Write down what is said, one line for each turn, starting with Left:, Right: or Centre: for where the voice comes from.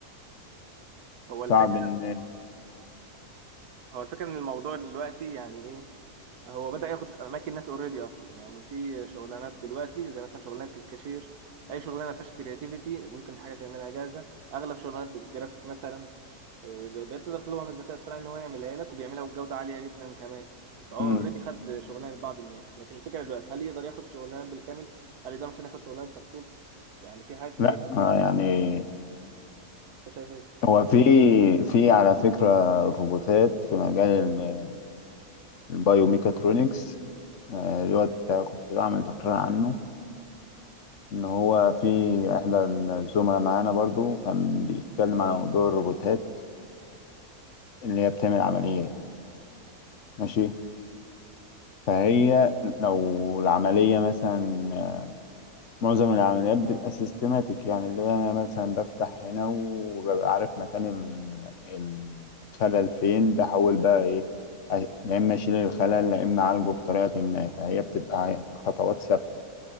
Right: هو الفكره
Left: صعب ان
Right: هو الفكرة ان الموضوع دلوقتي يعني ايه هو بدأ ياخد اماكن ناس اوريدي اصلا يعني في شغلانات دلوقتي زي مثلا شغلانة الكاشير اي شغلانة ما فيهاش كرياتيفيتي ممكن حاجة تعملها جاهزة اغلب شغلانات الجرافيك مثلا آه، بقيت تقدر تطلبها من الذكاء الاصطناعي ان هو يعملها لك وبيعملها بجودة عالية جدا كمان فهو
Left: امم
Right: اوريدي خد شغلانة بعض الناس لكن الفكرة دلوقتي هل يقدر ياخد شغلانة بالكامل هل يقدر مثلا ياخد شغلانة دكتور يعني في حاجات كتير
Left: لا آه، يعني
Right: انت شايف ايه
Left: هو في في على فكره روبوتات في مجال ال- البايوميكاترونكس آه، اللي هو كنت بعمل تقرير عنه ان هو في احدى الزملاء معانا برضو كان بيتكلم على موضوع الروبوتات اللي هي بتعمل عمليات ماشي فهي لو العملية مثلا معظم العمليات بتبقى سيستماتيك يعني اللي هي انا مثلا بفتح هنا وببقى عارف مكان ال- الخلل فين بحاول بقى ايه لا اما اشيل الخلل لا اما اعالجه بطريقة ما فهي بتبقى خطوات ثابتة